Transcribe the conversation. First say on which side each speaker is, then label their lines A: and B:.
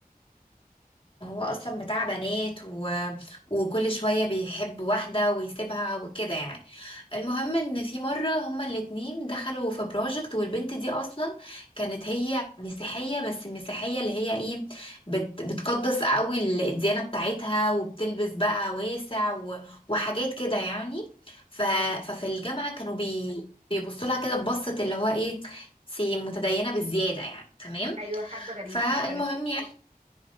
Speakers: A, on the left (about 35°); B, on the right (about 45°).
A: هو اصلا بتاع بنات و... وكل شوية بيحب واحدة ويسيبها وكده يعني المهم ان في مرة هما الاتنين دخلوا في بروجكت والبنت دي اصلا كانت هي مسيحية بس المسيحية اللي هي ايه بت... بتقدس قوي الديانة بتاعتها وبتلبس بقى واسع و... وحاجات كده يعني ف...
B: ايوه
A: ففي الجامعة كانوا بي... بيبصوا لها كده ببصة اللي هو ايه سي متدينة بالزيادة يعني تمام
B: ايوه حد غريب
A: فالمهم
B: مختلف يعني.
A: يعني